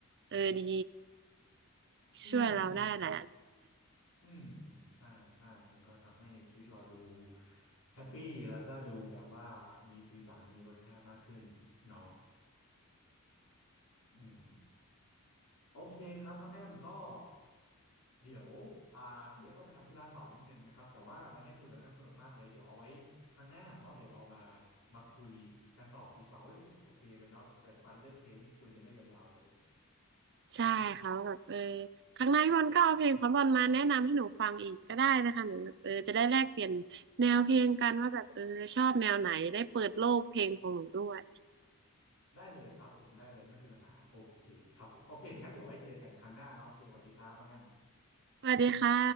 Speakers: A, on the right; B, on the left.
A: เออดี
B: อืมอืม
A: ช่วยเราได้หลายอารมณ์
B: อืมอืมใช่ใช่มันก็ทำให้ชีวิตเราดูแฮปปี้แล้วก็ดูแบบว่ามีสีสันมีรสชาติมากขึ้นเนาะอืมโอเคครับน้องแอมก็ เดี๋ยวอ่าพี่เอกต้องไปทำธุระต่อนิดนึงนะครับแต่ว่าวันนี้คุยกับน้องแอมสนุกมากเลยเดี๋ยวเอาไว้ครั้งหน้าเนาะเดี๋ยวเรามามาคุยกันต่อดีกว่าเว้ยโอเคเลยเนาะแบ่งปันเรื่องเพลงนี่คุยกันได้ยาวๆเลย
A: ใช่ค่ะว่าแบบเออครั้งหน้าพี่บอลก็เอาเพลงของบอลมาแนะนำให้หนูฟังอีกก็ได้นะคะหนูแบบเออจะได้แลกเปลี่ยนแนวเพลงกันว่าแบบเออชอบแนวไหนได้เปิดโลกเพลงของหนูด้วย
B: ได้เลยครับผมได้เลยไม่มีปัญหาโอเคครับผมโอเคงั้นเดี๋ยวไว้เจอกันครั้งหน้าเนาะโอเคสวัสดีครับน้องแอม
A: สวัสดีค่ะ